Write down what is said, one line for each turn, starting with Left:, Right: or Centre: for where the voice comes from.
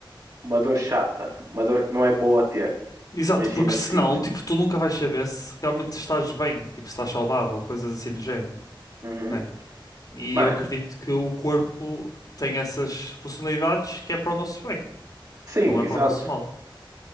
Right: uma dor chata, uma dor que não é boa a ter.
Left: Exato,
Right: Imagina
Left: porque senão,
Right: o seguinte.
Left: tipo, tu nunca vais saber se realmente estás bem, tipo, se estás saudável, coisas assim do género,
Right: Uhum.
Left: né? E
Right: Mano,
Left: eu acredito que o corpo tem essas funcionalidades que é para o nosso bem.
Right: sim,
Left: Não é
Right: exato.
Left: para o nosso mal.